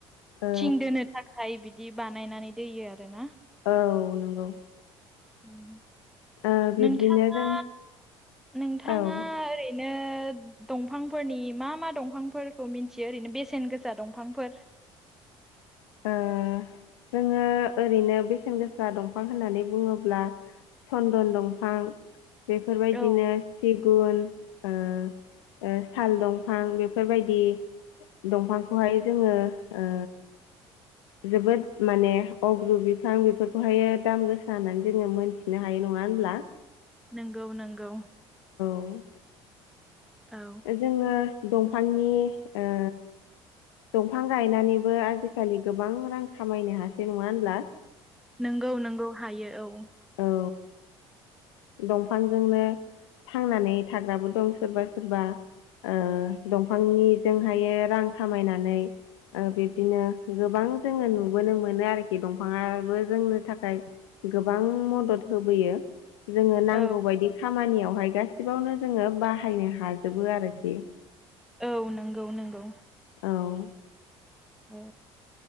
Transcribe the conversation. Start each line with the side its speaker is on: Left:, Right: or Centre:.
Left: ओ
Centre: थिं दोनो थाखाय बिदि बानायनानै दोयो आरो ना।
Left: औ नंगौ।
Centre: ओम
Left: ओ बिब्दिनो
Centre: नोंथाङा
Left: जों
Centre: नोंथाङा
Left: औ ओ
Centre: ओरैनो। नो दंफांफोरनि मा मा दंफांफोरखौ मिथियो ओरैनो बेसेन गोसा दंफांफोर।
Left: ओ जोङो ओरैनो बेसेन गोसा दंफां होननानै बुङोब्ला। चन्दन दंफां। बेफोरबायदिनो
Centre: औ
Left: सिगुन ओ ओ। साल दंफां बेफोरबायदि दंफांखौहाय जोङो ओ। जोबोद माने अग्रु बिफां बेफोरखौहायो दाम गोसा होननानै जोङो मोनथिनो हायो नङा। नङा होनब्ला।
Centre: नोंगौ नोंगौ।
Left: <unintelligible>
Centre: औ
Left: जोङो दंफांनि ओ। दंफां गायनानैबो आजिखालि गोबां रां खामायनो हासै नङा होनब्ला।
Centre: नोंगौ नोंगौ हायो औ।
Left: औ दंफांजोंनो। थांनानै थाग्राबो दं सोरबा सोरबा। ओ दंफांनिजोंहायो रां खामायनानै ओ बिब्दिनो। गोबां जोङो नुबोनो मोनो आरोखि दंफाङाबो जोंनो थाखाय गो‌ गोबां मदद होबोयो जोङो नांगौ
Centre: औ
Left: बायदि खामानियावहाय गासि बावनो जोङो बाहायनो हाजोबो आरोखि
Centre: औ नोंगौ नोंगौ।
Left: औ
Centre: औ।